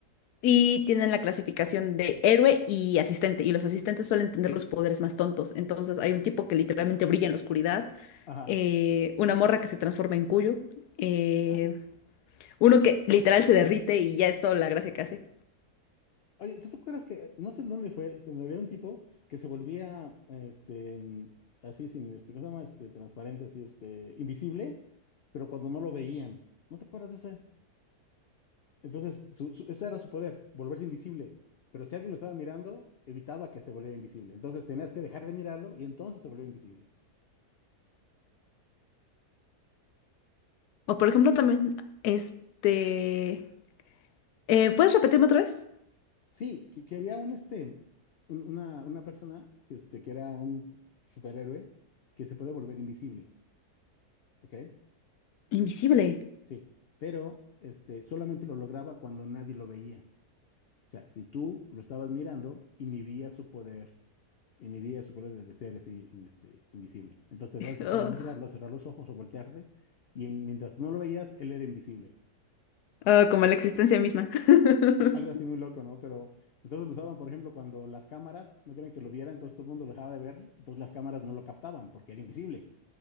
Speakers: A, on the left; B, on the left.
A: Y tienen la clasificación de héroe y asistente. Y los asistentes suelen tener los poderes más tontos. Entonces hay un tipo que literalmente brilla en la oscuridad.
B: Ajá.
A: eh, una morra que se transforma en cuyo. eh,
B: Ah, sí.
A: uno que literal se derrite y ya es toda la gracia que hace.
B: Oye, ¿tú te acuerdas que, no sé en dónde fue, donde había un tipo que se volvía, este, mm, así sin, este, ¿cómo se llama? Este, transparente, así, este, invisible, pero cuando no lo veían. ¿No te acuerdas de ese? Entonces, su, su- ese era su poder, volverse invisible. Pero si alguien lo estaba mirando, evitaba que se volviera invisible. Entonces tenías que dejar de mirarlo y entonces se volvió invisible.
A: O por ejemplo también, este... eh, ¿puedes repetirme otra vez?
B: Sí, que, que había un, este, un- una, una persona que, este, que era un superhéroe que se puede volver invisible, ¿ok?
A: Invisible. <laughs>
B: Sí, pero este, solamente lo lograba cuando nadie lo veía. O sea, si tú lo estabas mirando, inhibía su poder, inhibía su poder de, de ser así, in- este, invisible. Entonces te debías dejar
A: Oh,
B: de mirarlo, cerrar los ojos o voltearte, y en- mientras no lo veías, él era invisible.
A: oh, como la existencia misma. <laughs>
B: Al- Algo así muy loco, ¿no? Pero entonces lo usaban, por ejemplo, cuando las cámaras no querían que lo viera, entonces todo el mundo lo dejaba de ver, entonces las cámaras no lo captaban porque era invisible.